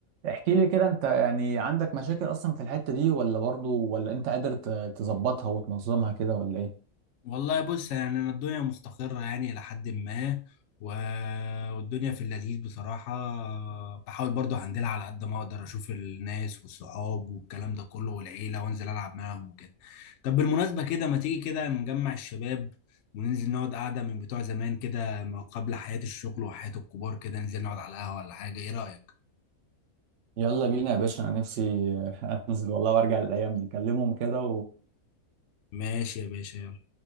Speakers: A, on the right; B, on the left.
A: احكي لي كده انت يعني عندك مشاكل اصلا في الحتة دي ولا برضو ولا انت قادر ت- تظبطها وتنظمها كده ولا ايه
B: والله بص يعني أنا الدنيا مستقرة يعني إلى حد ما و... والدنيا في اللذيذ بصراحة بحاول برضو هندلها على قد ما أقدر أشوف الناس والصحاب والكلام ده كله والعيلة وأنزل ألعب معاهم وكده طب بالمناسبة كده ما تيجي كده نجمع الشباب وننزل نقعد قعدة من بتوع زمان كده ما قبل حياة الشغل وحياة الكبار كده ننزل نقعد على القهوة ولا حاجة إيه رأيك؟
A: يلا بينا يا باشا انا نفسي <laughs> انزل والله وارجع للايام دي كلمهم كده
B: ماشي يا باشا